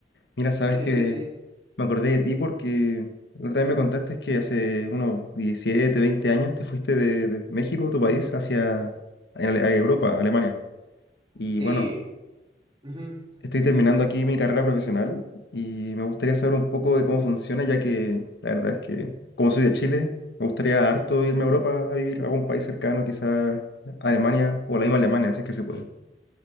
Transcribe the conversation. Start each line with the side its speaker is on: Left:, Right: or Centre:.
Left: Mira, sabes
Right: Sí,
Left: que
Right: sí, sí.
Left: me acordé de ti porque la otra vez me contaste que hace unos 17, 20 años te fuiste de, de México, tu país, hacia a Ale- a Europa, Alemania. Y
Right: Sí.
Left: bueno,
Right: ujú.
Left: Estoy terminando
Right: Te-
Left: aquí mi carrera profesional y me gustaría saber un poco de cómo funciona, ya que la verdad es que, como soy de Chile, me gustaría harto irme a Europa a vivir, a algún país cercano, quizás Alemania o la misma Alemania, si es que se puede.